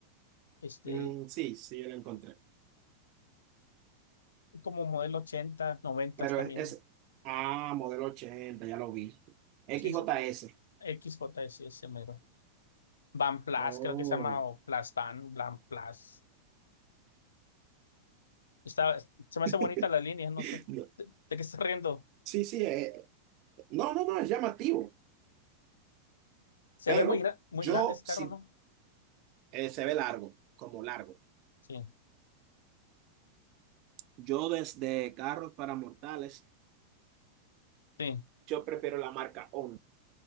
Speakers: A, on the left; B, on the right.
A: este,
B: Mm, sí, sí, yo lo encontré.
A: como modelo 80 90
B: Pero
A: también.
B: es, es- Ah, modelo 80, ya lo vi. XJS.
A: Sí, eso, XJ es ese mero. Van Plus,
B: Oh.
A: creo que se llama, o Plus Van, Van Plus. Está, se me
B: <laughs>
A: hace bonita la línea, no sé.
B: No,
A: ¿De, de qué estás riendo?
B: Sí, sí, eh, no, no, no, es llamativo,
A: Se
B: pero
A: ve muy, gra- muy
B: yo
A: grande ese carro,
B: sí,
A: ¿no?
B: eh, se ve largo, como largo.
A: Sí,
B: Yo desde carros para mortales,
A: sí.
B: yo prefiero la marca Honda,